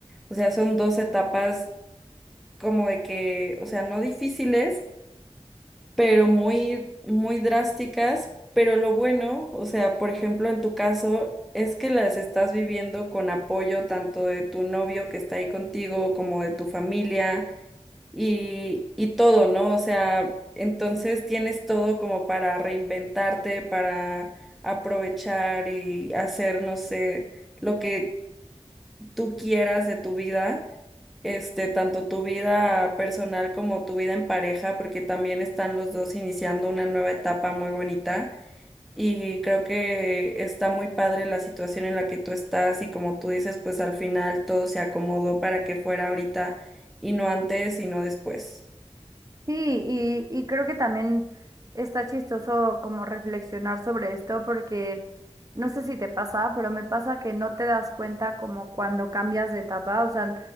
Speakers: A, in the centre; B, on the right.
A: O sea, son dos etapas como de que, o sea, no difíciles, pero muy, muy drásticas. Pero lo bueno, o sea, por ejemplo, en tu caso, es que las estás viviendo con apoyo tanto de tu novio que está ahí contigo como de tu familia y, y todo, ¿no? O sea, entonces tienes todo como para reinventarte, para aprovechar y hacer, no sé, lo que tú quieras de tu vida este, tanto tu vida personal como tu vida en pareja, porque también están los dos iniciando una nueva etapa muy bonita y creo que está muy padre la situación en la que tú estás y como tú dices, pues al final todo se acomodó para que fuera ahorita y no antes y no después.
B: Sí, y, y creo que también está chistoso como reflexionar sobre esto porque no sé si te pasa, pero me pasa que no te das cuenta como cuando cambias de etapa, o sea,